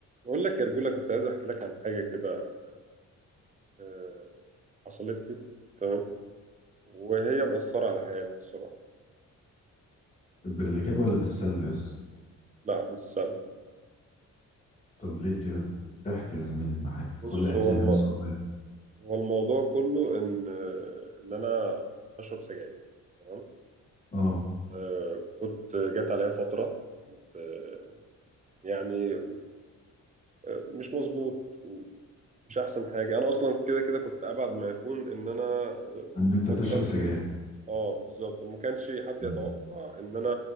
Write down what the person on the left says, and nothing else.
بالإيجاب ولا بالسلب يا اسطى
طب ليه كده احكي يا زميلي معاك
كل أذان
صغير
اه
ان انت
تشرب سجاير
مم.